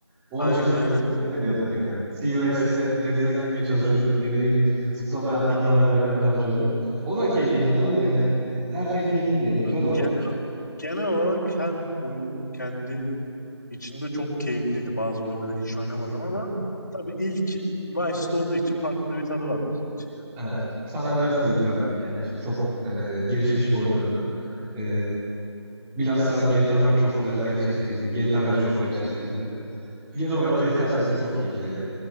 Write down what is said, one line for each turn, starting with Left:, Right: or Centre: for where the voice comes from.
Centre: Onun
Left: Aynen
Centre: için bin
Left: aynen.
Centre: türlü hile deniyorduk yani. Seaways'le denizden gitmeye çalışıyorduk. Ne bileyim zıplamaya atlamaya arabayla falan çalışıyorduk. O da keyifliydi anladın mı yani? E, Her şey keyifli diye. Güzel
Left: <laughs>
Centre: bir oyundu
Left: Genel,
Centre: gerçekten.
Left: genel olarak her oyun kendi içinde çok keyifliydi. Bazı oyunları hiç oynamadım
Centre: Kesinlikle.
Left: ama tabii ilk Vice'de olduğu için farklı bir tadı var bizim için yani.
Centre: Evet. San Andreas da güzeldi kendi içinde. Çok e, gelişmiş bir oyundu. E, bilhassa GTA 4 çok güzel gerçekçiydi. GTA 5 çok gerçekçiydi. Genel olarak GTA serisi çok iyi bir seri. ya.